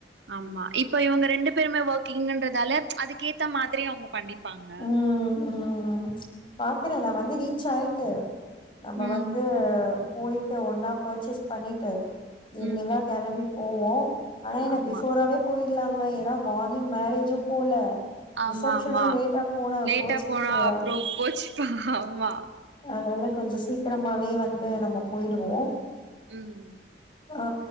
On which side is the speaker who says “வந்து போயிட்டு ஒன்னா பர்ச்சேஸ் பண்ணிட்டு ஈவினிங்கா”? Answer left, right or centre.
Left